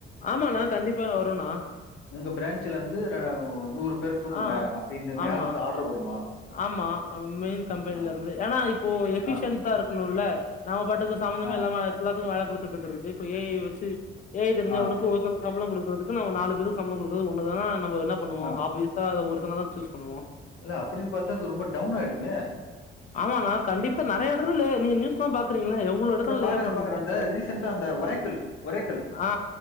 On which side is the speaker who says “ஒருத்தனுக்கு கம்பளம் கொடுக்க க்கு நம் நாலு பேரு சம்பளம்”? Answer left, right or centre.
Left